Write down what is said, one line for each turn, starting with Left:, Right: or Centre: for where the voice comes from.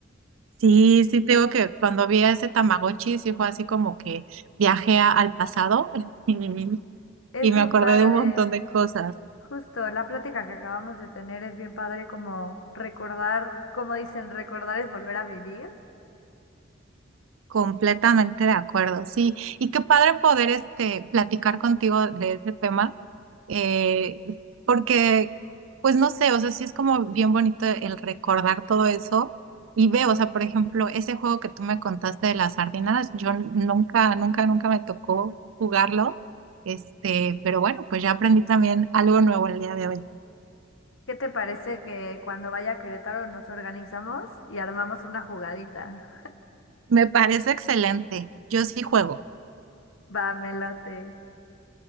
Right: Sí, sí, te digo que cuando vi a ese Tamagotchi sí fue así como que viajé a- al pasado <laughs> y,
Left: Es
Right: y
Left: bien
Right: me acordé
Left: padre,
Right: de un montón de cosas.
Left: justo la plática que acabamos de tener es bien padre como recordar, como dicen, recordar es volver a vivir.
Right: Completamente de acuerdo, sí. Y qué padre poder este platicar contigo de ese tema, eh, porque, pues no sé, o sea, sí es como bien bonito el recordar todo eso y veo, o sea, por ejemplo, ese juego que tú me contaste de las sardinas, yo n- nunca, nunca, nunca me tocó jugarlo, este, pero bueno, pues ya aprendí también algo nuevo el día de hoy.
Left: ¿Qué te parece que cuando vaya a Querétaro nos organizamos y armamos una jugadita?
Right: Me parece excelente. Yo sí juego.
Left: Va, me late.